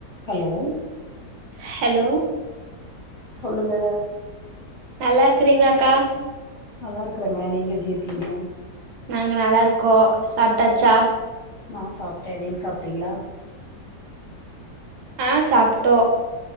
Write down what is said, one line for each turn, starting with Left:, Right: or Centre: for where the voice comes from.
Left: ஹலோ
Right: ஹலோ
Left: சொல்லுங்க
Right: நல்லா இருக்கறீங்களாக்கா
Left: நல்லா இருக்கறங்க நீங்க எப்டி இருக்கீங்க
Right: நாங்க நல்லாருக்கோம் சாப்டாச்சா
Left: நான் சாப்டேன் நீங்க சாப் ட்டீங்களா
Right: ஆஹ் சாப்டோ